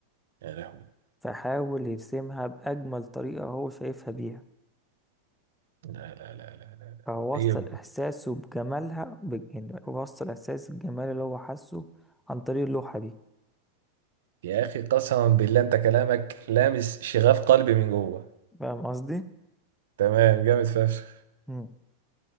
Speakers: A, on the right; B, in the centre.
A: يا لهوي
B: فحاول يرسمها باجمل طريقة هو شايفها بيها
A: لا لا لا لا لا لا.
B: فوصل
A: إيه؟
B: إحساسه بجمالها ب... يعني وصل إحساس الجمال اللي هو حاسه عن طريق اللوحة دي
A: يا اخي قسما بالله انت كلامك لامس شغاف قلبي من جوه
B: فاهم قصدي؟
A: تمام جامد فشخ
B: مم.